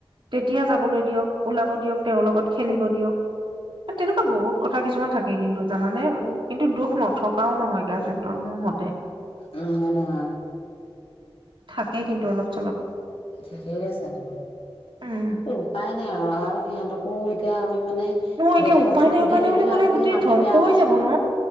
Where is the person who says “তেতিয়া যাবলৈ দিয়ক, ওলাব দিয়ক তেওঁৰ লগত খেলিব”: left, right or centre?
Right